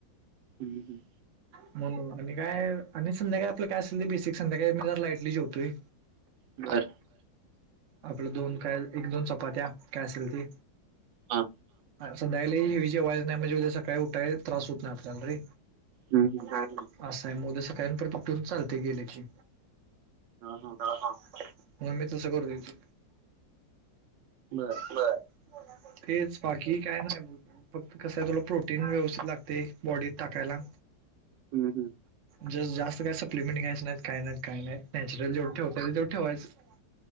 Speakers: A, on the right; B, on the right.
A: हम् ह
B: म्हणून आणि काय आणि संध्याकाय आपलं काय असेल ते बेसिक संध्याकाय मी जर लाईटली जेवतोय
A: बर
B: आपलं दोन काय एक दोन चपात्या काय असेल ती
A: हां.
B: संध्यायला हवीची आवाज नाही म्हणजे उद्या सकाळी उठाय त्रास होत नाही आपल्याला रे
A: हम् ह
B: आ गेली असं आहे म उद्या सकाळ्यां परत उठून चालते गेले की.
A: हां, हां.
B: आ... हा... म्हणून मी तसं करतोय की
A: बरं.
B: बर... तेच बाकी काय नाय बोलत. फक्त कसं ए... तुला प्रोटीन व्यवस्थित लागतंय, बॉडीत टाकायला
A: हं, हं.
B: ज... जास्त काय सप्लिमेंट घ्यायचे नाईत.. काय नाईत काय नाईत... नॅचरल जेवढं ठेवता येईल... तेवढं ठेवायचं